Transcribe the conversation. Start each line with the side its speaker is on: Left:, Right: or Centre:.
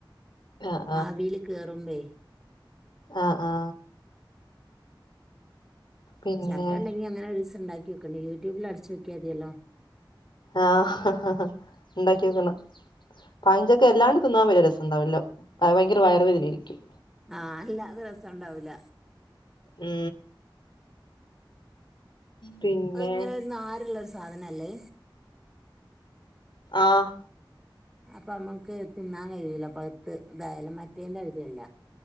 Left: ആഹ്
Centre: ആവില് കേറുമ്പേ
Left: ആ ആ പിന്നെ
Centre: ചക്കണ്ടെങ്കി അങ്ങനെ ഒരീസം ഒണ്ടാക്കിയോക്കണ്ട് യൂട്യൂബിൽ അടിച്ച് നോക്കിയാ മതിയല്ലോ
Left: ആഹ ഹ ഹ ണ്ടാക്കിയോക്കണം പഴഞ്ചക്ക എല്ലാണ്ട് തിന്നാൻ വല്യ രസണ്ടാവ്‌ല്ല ഭയങ്കര വയറ് വേദനയായിരിക്കും
Centre: ആ അല്ലാതെ രസണ്ടാവൂല
Left: ഉം പിന്നെ
Centre: അതിങ്ങനെ നാരുള്ള ഒരു സാധന അല്ലേ
Left: ആഹ്
Centre: അപ്പ നമ്മക്ക് തിന്നാൻ കഴിയൂല പഴ്ത്ത് ഇതായാലും മറ്റേന്റെ ആയിരിയല്ല.